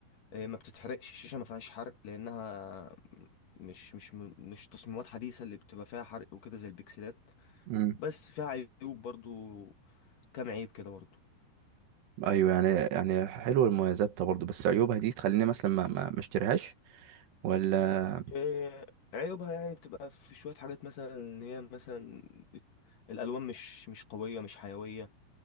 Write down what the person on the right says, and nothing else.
مم.
ايوه يعني يعني حلوه المميزات ده برضه بس عيوبها دي تخليني مثلا ما ما ما اشتريهاش ولا